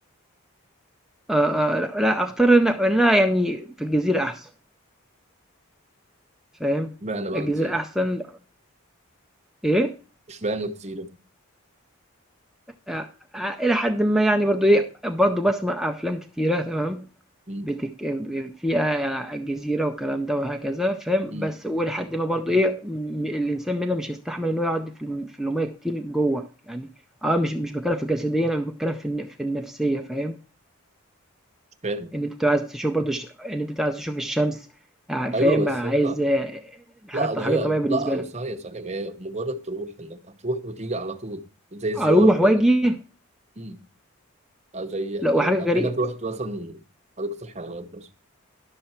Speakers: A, in the centre; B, on the right (about 30°).
A: آآ، آآ، لأ، لأ أختار إن إن أنا يعني في الجزيرة أحسن، فاهم؟
B: اشمعنى بقى
A: الجزيرة
B: الجزيرة
A: أحسن إيه؟
B: اشمعنى الجزيرة
A: أ أ إلى حدٍ ما يعني برضه إيه، برضه باسمع أفلام كتيرة تمام؟
B: مم،
A: بتك... فيها جزيرة والكلام ده وهكذا فاهم
B: مم،
A: بس ولحد ما برضو ايه م- الانسان منها مش هيستحمل ان هو يقعد في الم- في المية كتير جوه يعني اه مش مش بتكلم في الجسدية انا بتكلم في الن- في النفسية فاهم
B: مش فاهم
A: ان انت بتبقى عايز تشوف برضو ش... ان انت بتبقى عايز تشوف الشمس آه، فاهم
B: ايوه بس
A: عايز
B: انت
A: آه، حاجات
B: لا ده
A: حاجات
B: هي
A: طبيعية بالنسبة
B: لا
A: لك
B: ثانية ثانية هي مجرد تروح انك هتروح وتيجي على طول زي زيارة
A: اروح
B: كده
A: واجي
B: امم أو زي
A: لا
B: ح-
A: وحاجة
B: يبقى
A: غريبة
B: كأنك رحت مثلا حديقة الحيوانات مثلا